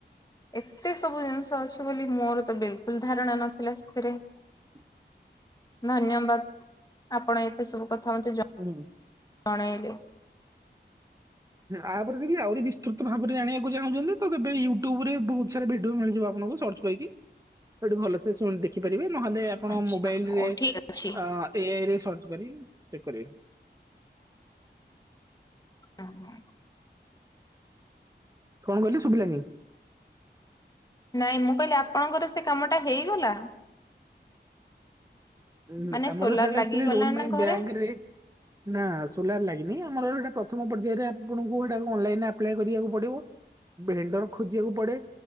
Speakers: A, on the left; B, on the right.
A: ଏତେ ସବୁ ଜିନିଷ ଅଛି ବୋଲି ମୋର ତ ବିଲକୁଲ ଧାରଣା ନଥିଲା ସେଥିରେ
B: ହୁଁ।
A: ଧନ୍ୟବାଦ ଆପଣ ଏତେ ସବୁ କଥା ମତେ ଜ
B: ହୁଁ।
A: ଜଣେଇଲେ
B: ଆପରେ ଯଦି ଆହୁରି ବିସ୍ତୃତ ଭାବରେ ଜାଣିବାକୁ ଚାହୁଁଛନ୍ତି ତେବେ ୟୁଟ୍ୟୁବ ରେ ବହୁତ ସାରା ଭିଡିଓ ମିଳିଯିବ ଆପଣଙ୍କୁ ସଚ କହିକି ସେଠୁ ଭଲସେ ଶୁ ଦେଖିପାରିବେ ନହେଲେ ଆପଣ
A: ଆଚ୍ଛା
B: ମୋବାଇଲରେ
A: ହଉ ଠିକ ଅଛି
B: ଆ ସିଏ ଏଇଠି ସର୍ଚ୍ଚ କରିବେ, ଚେକ୍ କରିବେ।
A: ଏ, ହଁ।
B: କଣ କହିଲେ ଶୁଭିଲାନି?
A: ନାଇଁ ମୁଁ କହିଲି ଆପଣଙ୍କର ସେ କାମ ଟା ହେଇଗଲା?
B: ଉଁ,
A: ମାନେ
B: ଆମର
A: ସୋଲାର୍
B: ସେଇଟା
A: ଲାଗିଗଲା
B: ଆକ୍ଚୁଆଲି ଲୋନ ପାଇଁ
A: ନା ଘରେ?
B: ବ୍ୟାଙ୍କରେ ନା ସୋଲାର୍ ଲାଗିନି ଆମର ଏବେ ସେଟା ପ୍ରଥମ ପର୍ଯ୍ୟାୟରେ ଆପଣଙ୍କୁ ଏଟା ଅନଲାଇନ୍ ଆପ୍ଲାଏ କରିବାକୁ ପଡିବ। ଭେଣ୍ଡର୍ ଖୋଜିବାକୁ ପଡେ।